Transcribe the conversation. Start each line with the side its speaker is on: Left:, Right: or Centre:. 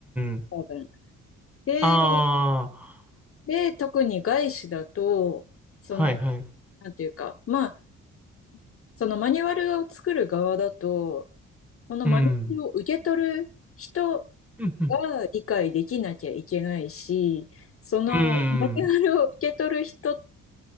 Centre: ん。
Left: 多分。で、
Centre: ああ、
Left: で、特に外資だと、その、
Centre: はいはい。
Left: なんていうか、まあ、そのマニュアルを作る側だと、そのマニュアルを受け取る人
Centre: うん。うん、うん。
Left: が理解できなきゃいけないし、そのマニュアルを受け取る人
Centre: うん。